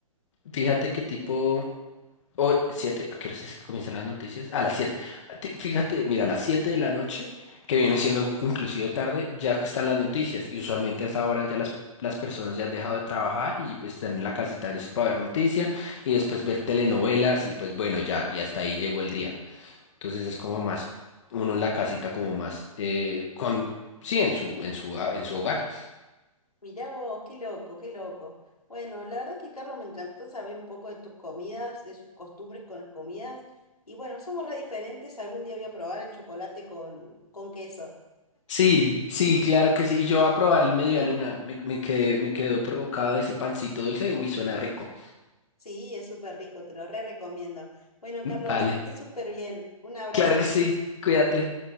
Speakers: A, on the left; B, on the left.
A: fíjate qué tipo, o siete, ¿a qué hora es que comienzan las noticias? A las siete. ti- Fíjate, mira, a las siete de la noche, que viene siendo in- inclusive tarde, ya están las noticias. Y usualmente a esa hora ya las, las personas ya han dejado de trabajar y pues, están en la casita listo para ver noticias y después ver telenovelas y pues bueno, ya, y hasta ahí llegó el día. Entonces es como más, uno en la casita como más, eh, con, sí, en su, en su, ah, en su hogar.
B: Mirá vos, qué loco, qué loco. Bueno, la verdad que Carlos me encantó saber un poco de tus comidas, de sus costumbres con las comidas. Y bueno, somos re diferentes, algún día voy a probar el chocolate con, con queso.
A: Sí, sí, claro que sí. Y yo voy a probar el media luna. Me, me quedé, me quedó provocado ese pancito dulce. Uy, suena rico.
B: Sí, es súper rico, te lo re recomiendo. Bueno, Carlos,
A: Vale,
B: que estés súper bien. Un abrazo.
A: claro que sí, cuídate.